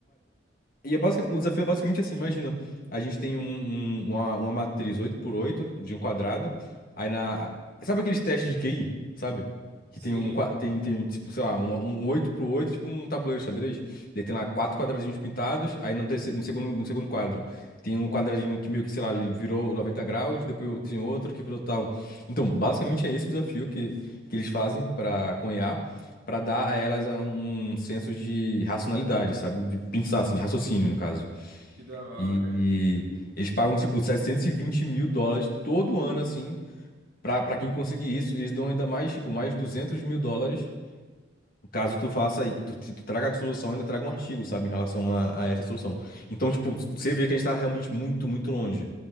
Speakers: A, on the left (about 50°); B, on the right (about 60°).
A: e é basicam- o desafio é basicamente assim, imagina, a gente tem um- um- uma, uma matriz oito por oito de um quadrado, aí na... Sabe aqueles testes de QI, sabe? Que
B: Sim.
A: tem um, qua- tem, tem tipo, sei lá, um, um 8x8, tipo um tabuleiro de xadrez, daí tem lá quatro
B: Uhum.
A: quadradinhos pintados, aí no, terceiro, no segundo, no segundo quadro tem um quadradinho que meio que, sei lá, ele virou 90 graus, depois tem outro que virou tal. Então, basicamente é esse o desafio que, que eles fazem para Pra dar a elas um um senso de racionalidade, sabe? De pensar, assim, de raciocínio, no caso.
B: Que da hora.
A: E
B: <laughs>
A: eles pagam, tipo, 720 mil dólares todo ano, assim, pra, pra quem conseguir isso. E eles dão ainda mais, tipo, mais 200 mil dólares Caso tu faça, aí- tu, tu traga a solução, ainda traga um artigo, sabe, em relação a, a essa solução. Então, tipo, você vê que a gente tá realmente muito, muito longe.